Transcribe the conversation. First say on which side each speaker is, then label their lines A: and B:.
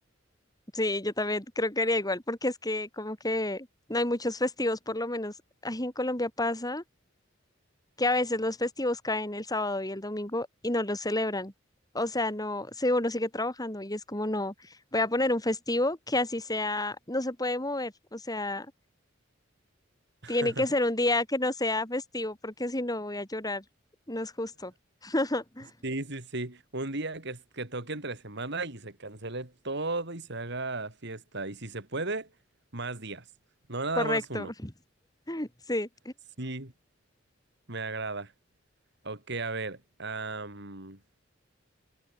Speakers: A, on the left; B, on the right.
A: Sí, yo también creo que haría igual, porque es que como que no hay muchos festivos, por lo menos aquí en Colombia pasa que a veces los festivos caen el sábado y el domingo y no los celebran. O sea, no, sí, uno sigue trabajando y es como no, voy a poner un festivo que así sea, no se puede mover. O sea,
B: <laughs>
A: tiene que ser un día que no sea festivo, porque si no voy a llorar. No es justo. <laughs>
B: Sí, sí, sí. Un día que, es- que toque entre semana y se cancele todo y se haga fiesta. Y si se puede, más días. No nada
A: Correcto.
B: más uno.
A: <laughs> Sí.
B: Sí, me agrada. Ok, a ver. am,